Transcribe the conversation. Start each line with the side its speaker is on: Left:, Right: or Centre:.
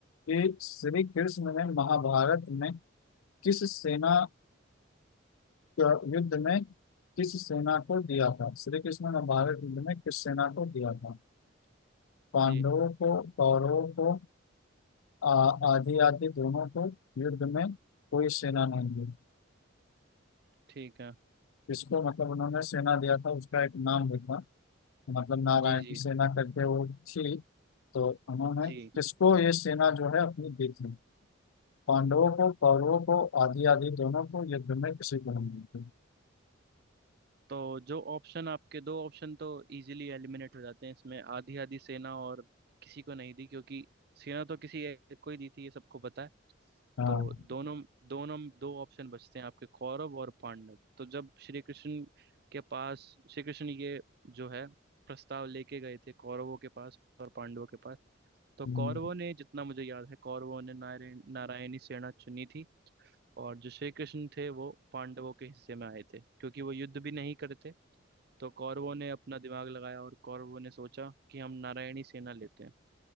Left: कि श्री कृष्ण ने महाभारत में किस सेना युद्ध में किस सेना को दिया था श्री कृष्ण ने भारत युद्ध में किस सेना को दिया था पांडवों
Right: जी
Left: को कौरवों को आ- आदि आदि दोनों को युद्ध में कोई सेना नहीं दी
Right: ठीक है
Left: इसको मतलब उन्होंने सेना दिया था उसका एक नाम लिखा मतलब नारायण
Right: जी
Left: की
Right: जी
Left: सेना करके वो थी तो उन्होंने
Right: जी
Left: किसको ये सेना जो है अपनी दी थी पांडवों को कौरवों को आदि आदि दोनों को युद्ध में किसी को नहीं दी थी
Right: तो जो ऑप्शन आपके दो ऑप्शन तो इजीली एलिमिनेट हो जाते हैं इसमें आधी आधी सेना और किसी को नहीं दी क्योंकि सेना तो किसी एक को ही दी थी ये सबको पता है
Left: हाँ
Right: तो दोनों दोनों दो ऑप्शन बचते हैं आपके कौरव और पांडव तो जब श्री कृष्ण के पास श्री कृष्ण ये जो है प्रस्ताव लेके गए थे कौरवों के पास और पांडवों के पास तो
Left: हम्म।
Right: कौरवों ने जितना मुझे याद है कौरवों ने नारायण नारायणी सेना चुनी थी और जो श्री कृष्ण थे वो पांडवों के हिस्से में आए थे क्योंकि वो युद्ध भी नहीं करते तो कौरवों ने अपना दिमाग लगाया और कौरवों ने सोचा कि हम नारायणी सेना लेते हैं